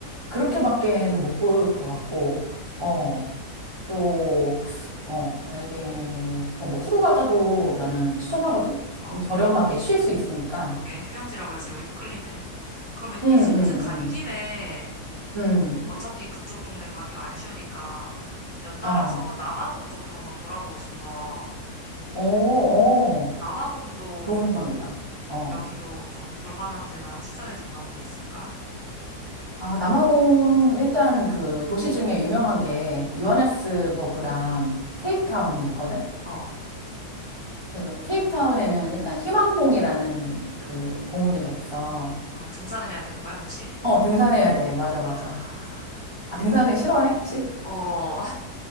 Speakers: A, on the right; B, on the left.
A: 그렇게밖에는 못 볼 것 같고,
B: 응,
A: 어,
B: 응,
A: 또, 어, 만약에, 어, 뭐 후루가다도 나는 추천하거든?
B: 응. 어, 어.
A: 좀 저렴하게 쉴 수 있으니까.
B: 그러게. 휴양지라 그래서 여기도 끌리네. 그러면
A: 응,
B: 이집트
A: 응,
B: 간
A: 응,
B: 김에
A: 응.
B: 어차피 그쪽 동네 가기가 안 쉬우니까 연달아서
A: 어.
B: 남아공 쪽도 한번 돌아보고 싶어.
A: 어, 어,
B: 남아공도
A: 좋은 생각이다. 어.
B: 여기도 좀 볼만한 데나 추천해 줄 만한 데 있을까?
A: 아, 남아공, 일단 그 도시 중에 유명한 게 요하네스버그랑
B: 어, 아,
A: 케이프타운이 있거든?
B: 어,
A: 그
B: 면에서.
A: 케이프타운에는 일단 희망봉이라는 그 봉우리가 있어.
B: 아, 등산을 해야 되는 거야, 혹시?
A: 어, 등산해야 돼. 맞아,
B: 아,
A: 맞아. 아, 등산을 싫어해, 혹시?
B: 어.